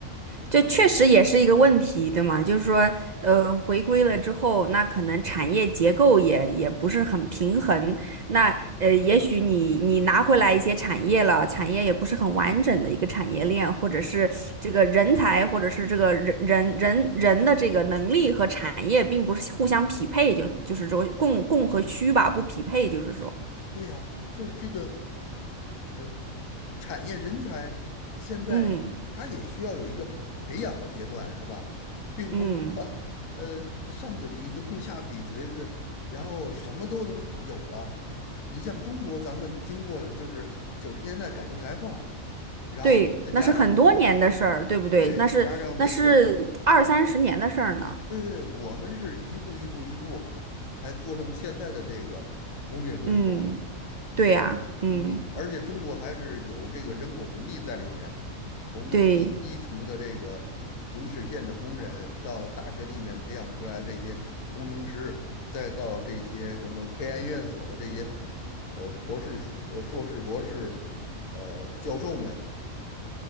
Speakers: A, on the right; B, on the left.
A: 这确实也是一个问题，对吗？就是说，呃，回归了之后，那可能产业结构也也不是很平衡。那呃，也许你你拿回来一些产业了，产业也不是很完整的一个产业链，或者是这个人才，或者是这个人人人人的这个能力和产业并不是互相匹配，就就是说供供和需吧，不匹配，就是说，
B: 对呀，就是这个。呃。产业人才现在他也需要有一个培养的阶段，
A: 嗯
B: 是吧？并不是说呃上嘴皮子碰下嘴锤子，
A: 嗯。
B: 然后什么都能有了。你像中国，咱们经过了就是九十年代改革开放，然后呢再加上
A: 对，那是很多年的事儿，对不对？
B: 对加上那个
A: 那是那是二三十年的事儿呢。
B: 对对，我们是一步一步一步才做成现在的这个工业规模。
A: 嗯，对呀，嗯，
B: 嗯，而且中国还是有这个人口红利在里面，从第低层的这个流水线的工人，
A: 对
B: 到大学里面培养出来这些工程师，再到这些什么科研院所的这些呃博士、呃硕士、博士呃教授们，